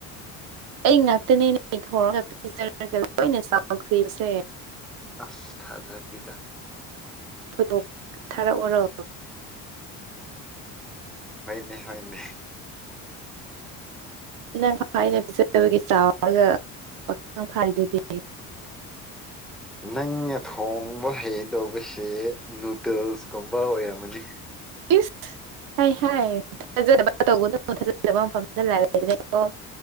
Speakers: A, on the right; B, in the centre.
A: ꯑꯩ ꯉꯥꯛꯇꯅꯦ ꯅꯨꯃꯤꯠ ꯍꯧꯔꯒ ꯄꯤꯖꯔꯒ ꯂꯣꯏꯅ ꯆꯥꯎꯈ꯭ꯔꯤꯕꯁꯦ
B: ꯑꯁ ꯊꯖ ꯊꯤꯗ
A: ꯐꯣꯇꯣ ꯊꯥꯔꯛꯑꯣꯔꯣ
B: ꯍꯅꯦ ꯍꯅꯦ
A: ꯅꯪ ꯑꯩꯅ ꯄꯤꯖꯕꯒꯤ ꯆꯥꯎꯔꯒ ꯄꯈꯪ ꯐꯥꯏꯗꯨꯗꯤ
B: ꯅꯪꯅ ꯊꯣꯡꯕ ꯍꯩꯗꯧꯕꯁ ꯅꯨꯗꯜꯁꯀꯨꯝꯕ ꯑꯣꯏꯔꯝꯃꯅꯤ
A: ꯏꯁ ꯍꯥꯏ ꯍꯥꯏ ꯊꯥꯖꯕ ꯇꯧꯕꯅ ꯊꯥꯖꯕ ꯃꯐꯝꯗ ꯂꯣ